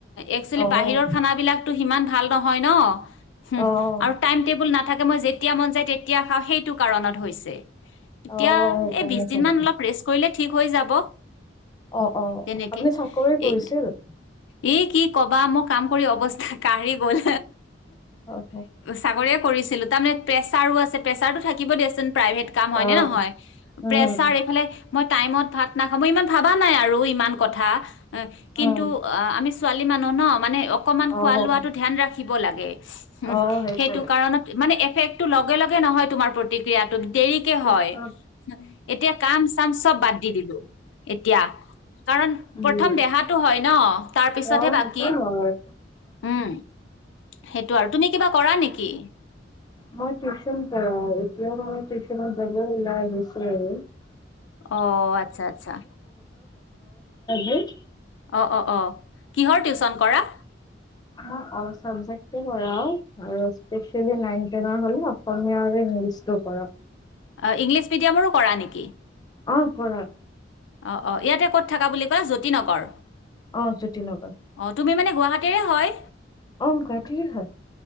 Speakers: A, on the left; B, on the left.
A: একচুৱেলি
B: অ',
A: বাহিৰৰ বিলাকো সিমান ভাল নহয় ন উম
B: অ',
A: আৰু টাইম টেবুল নাথাকে। মই যেতিয়া মন যায় তেতিয়া খাওঁ সেইটো কাৰণত হৈছে। এতিয়া
B: অ সেইকাৰণে
A: এ বিশ দিন
B: চাগে।
A: মান অলপ ৰেষ্ট কৰিলে ঠিক হৈ যাব।
B: অ অ
A: তেনেকে
B: আপুনি চাকৰি কৰিছিল।
A: এই এই কি ক'বা মোক কাম কৰি অৱস্থা কাঢ়ি গ'ল
B: অ',
A: চাকৰিয়ে কৰিছিলো। তাৰমানে প্ৰেছাৰো আছে প্ৰেছাৰটো থাকিব দিয়া চোন প্ৰভেট কাম হয়
B: অ',
A: নে নহয়
B: উম
A: পেচাৰ এই ফালে মই টাইমত ভাত নাখওঁ মই ইমান ভাবা নাই আৰু ইমান কথা কিন্তু
B: উম
A: আমি ছোৱালী মানুহ ন মানে অকণমান
B: অ',
A: খোৱা লোৱাটো ধ্যান ৰাখিব লাগে। দে উম
B: অ সেইটোৱে।
A: সেইটো কাৰণত মানে এফেক্ট টো লগে লগে নহয় তোমাৰ প্ৰতিক্ৰিয়াটো দেৰিকে
B: পিছত
A: হয় এতিয়া কাম চাম চব বাদ দি দিলো এতিয়া কাৰণ
B: উম,
A: প্ৰথম দেহাটো হয় ন তাৰ পিছতহে
B: অ',
A: বাকী
B: সেইটো হয়।
A: উম সেইটো আৰু তুমি কিবা কৰা নেকি? কি
B: মই টিউচন প এতিয়াও মানে টিউশনত যাব ওলাইছ আৰু
A: অ আচ্ছা আচ্ছা
B: <unintelligible> <unintelligible>
A: অ অ অ কিহৰ টিউচন কৰা?
B: মই অল চাবজেক্ট ই কৰাও স্পোচিয়েল নাইন টেনৰ হলে, আৰু হ অসমীয়া আৰু ইংলিছ কৰাও।
A: অ ইংলিছ মিডিয়ামৰো কৰা নেকি?
B: অ কৰাও
A: অ অ ইয়াতে ক'ত থাকা বুলি কয়? জ্যোতি নগৰ
B: অ জ্যোতিনগৰ
A: অ তুমি মানে গুৱাহাটী ৰে হয়।
B: অ গুৱাহাটীৰে হয়।